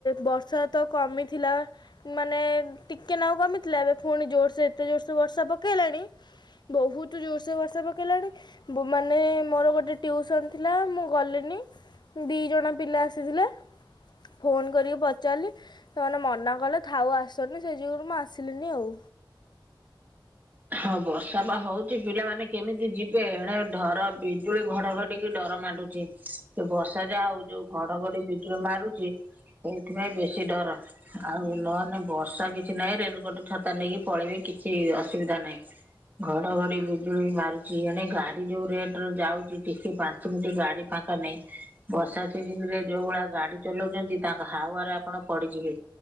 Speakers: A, on the left; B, on the right.
A: ବର୍ଷା ତ କମିଥିଲା ମାନେ ଟିକେ ନାଗୁ କମିଥିଲା। ଏବେ ପୁଣି ଜୋରସେ ଏତେ ଜୋର ସେ ବର୍ଷା ପକେଇଲାଣି। ବହୁତ ଜୋର ସେ ବର୍ଷା ପକେ ପକେଇଲାଣି ମାନେ ମୋର ଗୋଟେ ଟ୍ୟୁସନ୍ ଥିଲା ମୁଁ ଗଲିନି ଦିଜଣ ପିଲା ଆସିଥିଲେ। ଫୋନ କରିକି ପଚାରିଲି? ସେମାନେ ମନା କଲେ ଥାଉ ଆସନି ସେ ଯୁଗୁରୁ ମୁଁ ଆସିଲିନି ଆଉ।
B: ହଁ ବର୍ଷା ବା ହଉଛି ପିଲାମାନେ କେମିତି ଯିବେ ଏଣେ ଧର ବିଜୁଳି, ଘଡଘଡି କି ଡର ମାଡୁଛି ସେ ବର୍ଷା ଯାହା ହଉ ଯୋଉ ଘଡଘଡି ବିଜୁଳି ମାରୁଛି। ସେଇଥିପାଇଁ ବେଶୀ ଡର। ଆଉ ନହେନେ ବର୍ଷା କିଛି ନାହିଁ ରେନିକୋଟ ଛତା ନେଇକି ପଳେଇବେ କିଛି ଅସୁବିଧା ନାହିଁ। ଘଡଘଡି ବିଜୁଳି ମାରୁଛି। ଏଣେ ଗାଡି ଯୋଉ ରେଟରେ ଯାଉଛି। ଟିକେ ପା ଏମିତି ଗାଡି ପାଙ୍କା ନାଇଁ। ବର୍ଷା ସିଜିନରେ ଯୋଉ ଭଳିଆ ଗାଡି ଚଲାଉଛନ୍ତି। ତାଙ୍କ ହାୱାରେ ଆପଣ ପଡିଯିବେ।